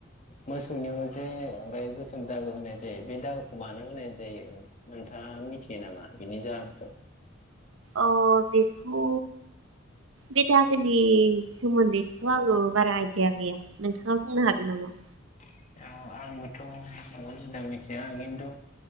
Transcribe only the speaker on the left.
मोसौनियाव। जे गोसोम दागो होनाय जायो बे दागोखौ मानो होनाय जायो नोंथाङा मिथियो नामा बेनि जाहोनखौ।
औ आंबोथ' नंगौ मोजां मिथिया खिन्थु